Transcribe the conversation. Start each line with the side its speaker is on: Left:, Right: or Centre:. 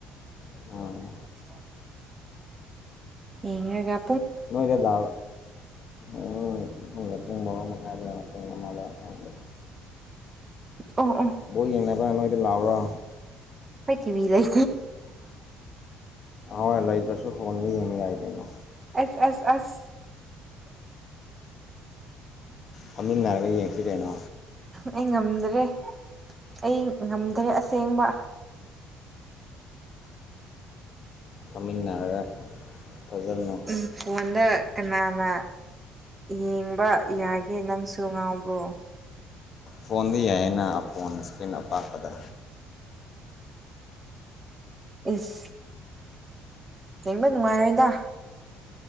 Left: <inaudible>
Right: ꯑ ꯌꯦꯔꯒ
Left: ꯅꯣꯏꯗ ꯂꯥ ꯎꯝ ꯄꯨꯡ ꯕꯔꯣ ꯃꯈꯥꯏꯗ꯭ꯥꯔ ꯄꯨꯡ ꯑꯃꯔ ꯈꯪꯗꯦ
Right: ꯑꯣ ꯑꯣ
Left: ꯕꯣꯜ ꯌꯦꯡꯅꯕꯥ ꯅꯣꯏꯗ ꯂꯥꯛꯎꯔꯥ
Right: ꯑꯩꯣꯏ ꯊꯤꯕꯤ ꯂꯩ
Left: ꯃꯥ ꯂꯩꯇ꯭ꯔꯁꯨ ꯐꯣꯟꯗ ꯌꯦꯡꯕ ꯌꯥꯥꯏ ꯀꯩꯅꯣ
Right: ꯑꯦꯁ ꯑꯦꯁ ꯑꯁ
Left: ꯐꯝꯃꯤꯟꯅꯔꯒ ꯌꯦꯡꯁꯤ ꯀꯩꯅꯣ
Right: ꯑꯩ ꯉꯝꯗ꯭ꯔꯦ ꯑꯩ ꯉꯝꯗ꯭ꯔꯦ ꯑꯁꯦꯡꯕ
Left: ꯐꯃꯤꯜꯅꯥꯔꯚ ꯐꯖꯅ
Right: ꯎꯝ ꯐꯣꯟꯗ ꯀꯅꯥꯅ ꯌꯦꯡꯕ ꯌꯥꯒꯦ ꯅꯪꯁꯨ ꯉꯥꯎꯕ꯭ꯔꯣ
Left: ꯐꯣꯟꯗ ꯌꯥꯏꯌꯦꯅ ꯐꯣꯟ ꯏꯀꯔꯤꯟ ꯑꯄꯥꯛꯄꯗ
Right: ꯏꯁ ꯆꯦꯡꯕ ꯅꯨꯡꯉꯥꯏꯔꯣꯏꯗ